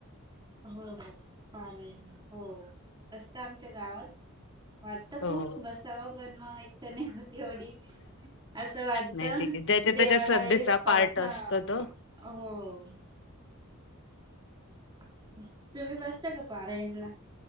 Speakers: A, on the right; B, on the left.
A: हो हो पारायन हो हो. असतं आमच्या गावात वाटतं
B: हो
A: खूप बसावं बनवा इच्छा नाही होत. तेवडी असं वाटतं
B: नाही ठीक आहे ज्याच्या
A: देवाला
B: त्याच्या श्रद्धेचा
A: हे पाप
B: पार्ट
A: हो.
B: असत तो
A: तुम्ही बसता का पारायनला?